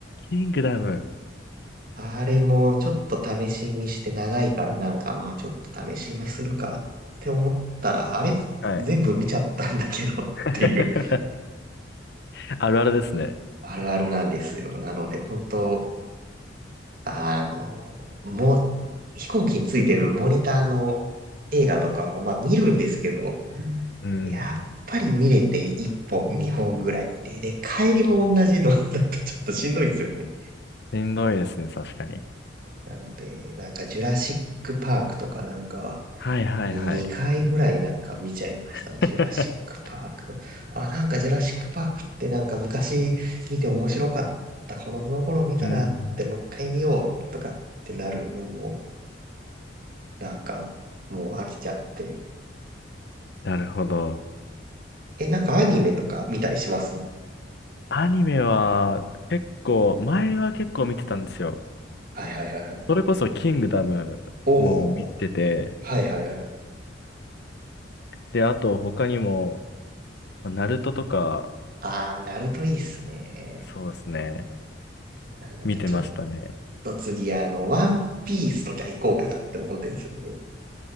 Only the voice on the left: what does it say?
キングダム。
はい。<laughs> あるあるですね。
うん。
しんどいですね、確かに。
はいはいはい。
<laughs>
うん。
なるほど。
アニメは結構、前は結構見てたんですよ。
それこそキングダムも見てて、
で、あと他にも、まあナルトとか、
そうですね、
見てましたね。